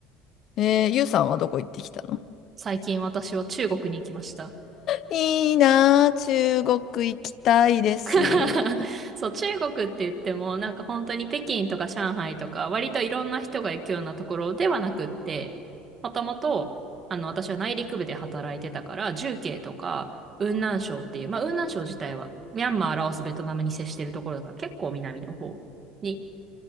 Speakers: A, on the left (about 55°); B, on the right (about 35°).
A: えー、ゆうさんはどこ行ってきたの
B: 最近私は中国に行きました。
A: いいなあ中国行きたいです。
B: <laughs> そう、中国って言っても、なんか本当に北京とか上海とか、割といろんな人が行くようなところではなくって、もともと、あの、私は内陸部で働いてたから、重慶とか、雲南省っていう、まあ、雲南省自体は、ミャンマー、ラオス、ベトナムに接してるところだから、結構南の方に、